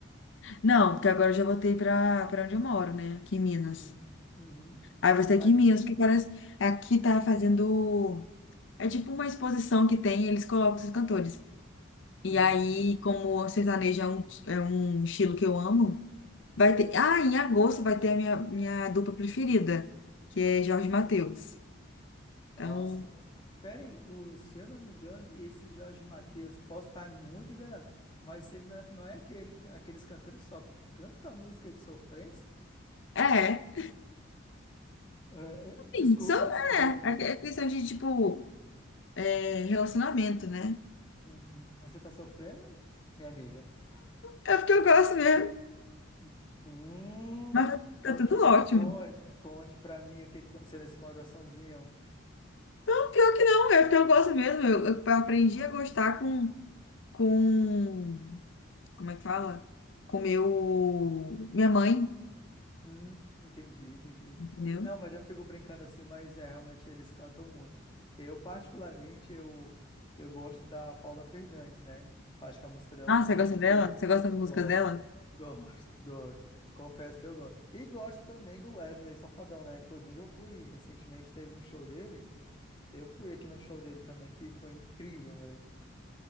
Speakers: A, on the left; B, on the left.
A: Não, porque agora eu já voltei pra para onde eu moro, né? Aqui em Minas.
B: Uhum, uhum,
A: Aí vai ser
B: mas,
A: aqui em Minas, porque parece. Aqui tá fazendo. É tipo uma exposição que tem, eles colocam esses cantores.
B: uhum,
A: E aí, como o sertanejo é um, é um estilo que eu amo, vai ter. Ah, em agosto vai ter a minha, minha dupla preferida, que é Jorge Mateus.
B: nossa,
A: Então,
B: peraí, o, se eu não me engano, esse Jorge Mateus, posso estar muito enganado, mas ele não, é, não é aquele, aqueles cantores que só canta música de sofrência?
A: é.
B: É, é,
A: Sim,
B: desculpa,
A: só,
B: desculpa.
A: é, é é questão de, tipo, é, relacionamento, né?
B: Uhum, Você está sofrendo, minha amiga?
A: É porque eu gosto mesmo.
B: Hum,
A: Mas
B: ok,
A: tá tudo ótimo.
B: Conte, conte para mim o que que aconteceu nesse coraçãozinho.
A: Não, pior que não, eu, eu gosto mesmo. Eu, eu aprendi a gostar com, com. Como é que fala? Com meu. Minha mãe,
B: Hum, entendi, entendi.
A: entendeu?
B: Não, mas eu fico brincando assim, mas é, realmente eles cantam muito. Eu, particularmente, eu, eu gosto da Paula Fernandes, né? Eu Acho que a música dela
A: Ah,
B: também
A: você
B: é
A: gosta
B: muito
A: dela?
B: boa.
A: Você gosta das músicas
B: Go-
A: dela?
B: Gosto, <laughs> gosto. Confesso que eu gosto. E gosto também do Wesley Safadão, né? Inclusive, eu fui recentemente, teve um show dele. Eu fui aqui no show dele também, que foi incrível mesmo.